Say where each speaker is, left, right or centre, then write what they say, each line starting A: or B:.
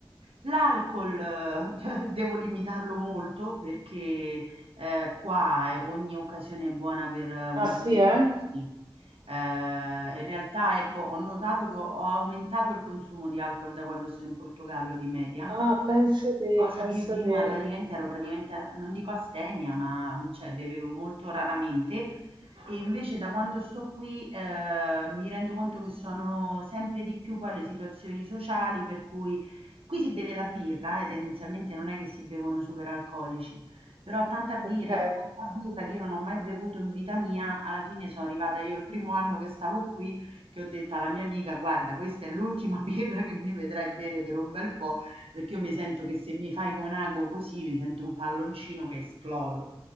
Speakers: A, on the right (about 90°); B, on the right (about 55°).
A: L'alcol eh, <laughs> devo limitarlo molto perché eh, qua è- ogni occasione è buona per eh, un
B: Ah
A: aperitivo,
B: sì, eh?
A: sì. Eh, in realtà, ecco, ho notato che ho ho aumentato il consumo di alcol da quando sto in Portogallo di media,
B: Ah, penso te,
A: Cosa
B: penso
A: che io prima
B: te.
A: praticamente ero praticamente, non dico astemia, ma cioè bevevo molto raramente e invece da quando sto qui eh, mi rendo conto che sono sempre di più poi le situazioni sociali per cui qui si beve la birra e tendenzialmente non è che si bevono super alcolici, però tanta birra,
B: Ok.
A: tanta birra che io non ho mai bevuto in vita mia, alla fine sono arrivata io il primo anno che stavo qui che ho detto alla mia amica guarda questa è l'ultima <laughs> birra che mi vedrai bere per un bel po' Perché io mi sento che se mi fai con ago così, mi sento un palloncino che esplodo,